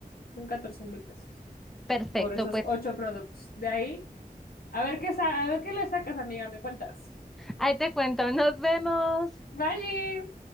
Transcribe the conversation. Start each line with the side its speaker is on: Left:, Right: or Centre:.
Left: son catorce mil pesos
Centre: Perfecto,
Left: por esos
Centre: pues
Left: ocho productos. De ahí, a ver qué, sa- a ver qué le sacas, amiga, me cuentas.
Centre: ahí te cuento. Nos vemos.
Left: Bye.